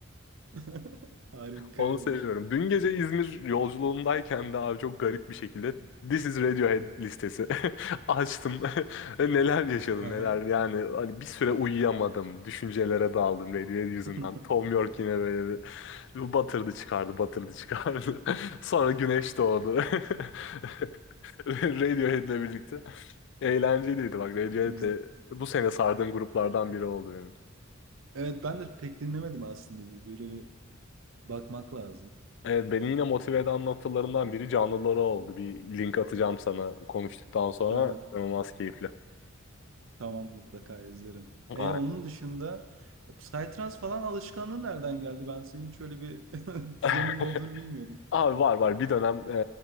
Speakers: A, on the right (about 65°); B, on the left (about 60°).
A: <laughs> Harikaymış.
B: Onu seviyorum. Dün gece İzmir yolculuğundayken de abi çok garip bir şekilde This is Radiohead listesi <laughs> açtım. <laughs> Neler yaşadım
A: Aha.
B: neler. Yani hani bir süre uyuyamadım. Düşüncelere daldım Radiohead yüzünden.
A: <laughs>
B: Tom York yine böyle bir batırdı çıkardı batırdı çıkardı. <laughs> Sonra güneş doğdu. <laughs> Radiohead'le birlikte. Eğlenceliydi bak Radiohead
A: Güz-
B: de bu sene sardığım gruplardan biri oldu benim.
A: Evet ben de pek dinlemedim aslında. Böyle bir bakmak lazım.
B: Evet, beni yine motive eden noktalarından biri canlıları oldu. Bir link atacağım sana konuştuktan sonra.
A: Aha.
B: İnanılmaz keyifli.
A: Tamam mutlaka izlerim.
B: Aynen.
A: E onun dışında Psytrance falan alışkanlığı nereden geldi? Ben senin şöyle bir <laughs>
B: <laughs>
A: yanının olduğunu bilmiyordum.
B: Abi var var bir dönem